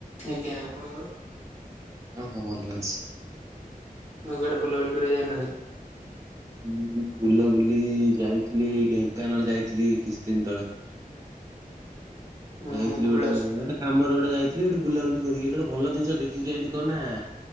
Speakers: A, on the left; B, on the right.
A: ଆଜ୍ଞା। ଆପଣଙ୍କର?
B: ହଁ ହଁ, ଭଲ ଅଛି।
A: ଆଉ କୁଆଡେ ବୁଲାବୁଲି କରିବାକୁ ଯାଇନାହାଁନ୍ତି?
B: ହୁଁ ହୁଁ। ବୁଲାବୁଲି ଏଇ ଯାଇଥିଲି, ଏଇ ଢେଙ୍କାନାଳ ଯାଇଥିଲି କିଛି ଦିନ ତଳେ।
A: ହୁଁ
B: ଯାଇଥିଲି
A: ହୁଁ କପିଳାସ
B: ଗୋଟେ, ଏଟେ କାମରେ ଗୋଟେ ଯାଇଥିଲି, ସେଠି ବୁଲାବୁଲି କରିକି ଆଇଲା ବେଳକୁ ଗୋଟ ଭଲ ଜିନିଷ ଦେଖିକି ଆଇଲି କଣ ନାଁ